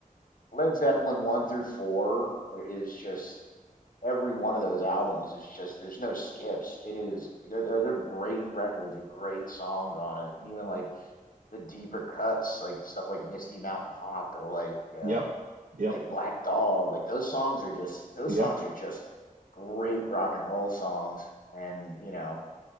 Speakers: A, on the left; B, on the right.
A: Led Zeppelin one through four is just every one of those albums is just there's no skips. It is they're they're they're great records with great songs on it. Even like the deeper cuts, like stuff like Misty Mountain Hop or like uh
B: Yep, yep,
A: like Black Dog, like those songs are just those
B: yep.
A: songs are just great rock and roll songs, and you know